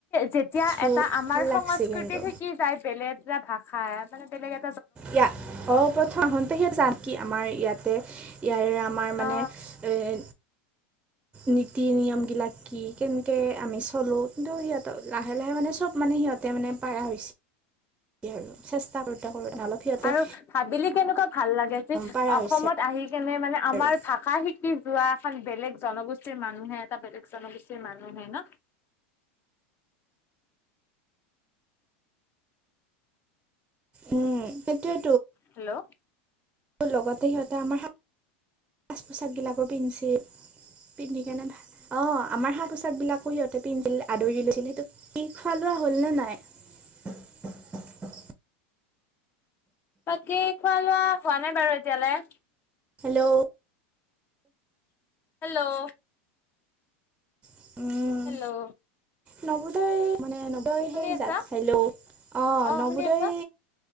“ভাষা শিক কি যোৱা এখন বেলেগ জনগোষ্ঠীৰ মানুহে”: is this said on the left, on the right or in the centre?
Left